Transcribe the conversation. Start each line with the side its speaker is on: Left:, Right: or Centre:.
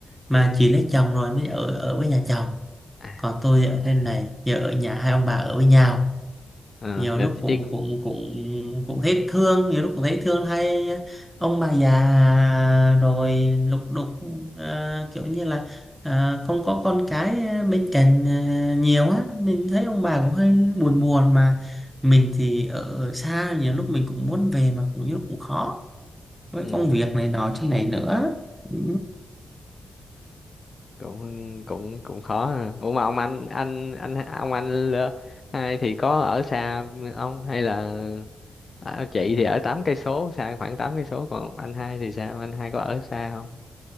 Centre: mà chị lấy chồng rồi mới ở ở với nhà chồng
Left: à
Centre: còn tôi ở trên này giờ ở nhà hai ông bà ở với nhau
Left: ờ
Centre: nhiều
Left: là
Centre: lúc
Left: chị
Centre: cũng
Left: Triết.
Centre: cũng cũng cũng thấy thương nhiều lúc cũng thấy thương hay ông bà già rồi lục đục à, kiểu như là à, không có con cái bên cạnh à, nhiều á mình thấy ông bà cũng hơi buồn buồn mà mình thì ở xa nhiều lúc mình cũng muốn về mà cũng nhiều lúc cũng khó với
Left: ừ,
Centre: công việc này nọ thế này nữa ừ.
Left: cũng cũng cũng khó ha ủa mà ông anh anh anh ông anh lơ- hai thì có ở xa ông hay là à, chị thì ở tám cây số xa khoảng tám cây số còn anh hai thì sao anh hai có ở xa không